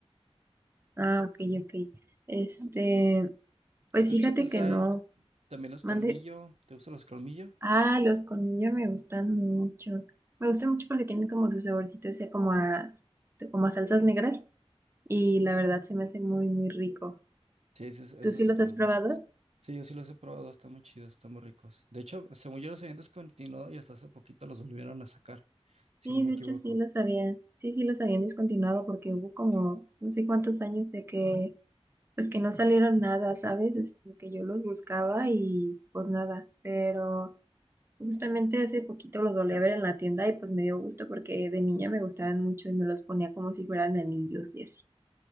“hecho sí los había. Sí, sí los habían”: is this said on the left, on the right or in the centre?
Right